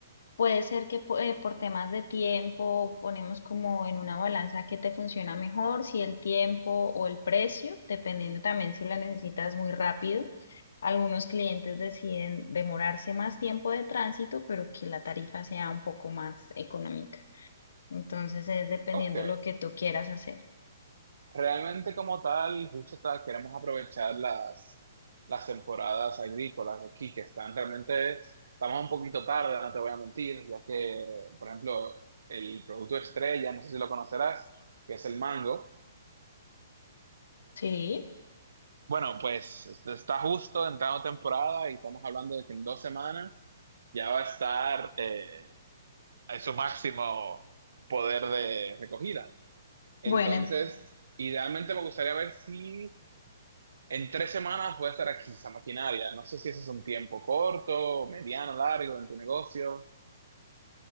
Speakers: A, on the left (about 75°); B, on the right (about 75°).
A: Puede ser que po- eh, por temas de tiempo ponemos como en una balanza qué te funciona mejor, si el tiempo o el precio, dependiendo también si la necesitas muy rápido. Algunos clientes deciden demorarse más tiempo de tránsito, pero que la tarifa sea un poco más económica. Entonces es dependiendo
B: Ok,
A: lo que tú quieras hacer.
B: realmente como tal, justo ta- queremos aprovechar las, las temporadas agrícolas aquí que están realmente, estamos un poquito tarde, no te voy a mentir, ya que, por ejemplo, el producto estrella, no sé si lo conocerás, que es el mango.
A: Sí.
B: Bueno, pues este, está justo entrando temporada y estamos hablando de que en dos semanas ya va a estar eh, en su máximo poder de recogida. Entonces,
A: Bueno,
B: idealmente me gustaría ver si en tres semanas puede estar aquí esa maquinaria. No sé si ese es un tiempo corto, mediano, largo en tu negocio.